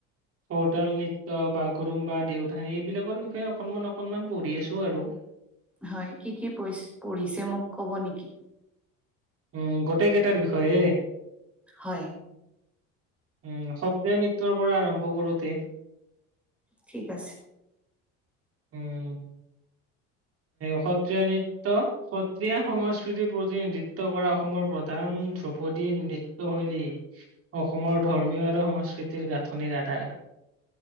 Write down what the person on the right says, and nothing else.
কৰতাল নৃত্য বাগুৰুম্বা দেউধানী এইবিলাকৰ বিষয়ে অকনমান অকনমান পঢ়ি আছো আৰু
উম গোটেইকেইটাৰ বিষয়ে
উম সত্ৰ নৃত্যৰ পৰা আৰম্ভ কৰোতে
উম সত্ৰীয়া নৃত্য সত্ৰীয়া সংস্কৃতিৰ প্ৰতিনিধিত্ব কৰা অসমৰ প্ৰধান ধ্ৰৌপদীৰ নৃত্যশৈলী অসমৰ ধৰ্মীয় আৰু সংস্কৃতিৰ গাঁথনিৰ আধাৰ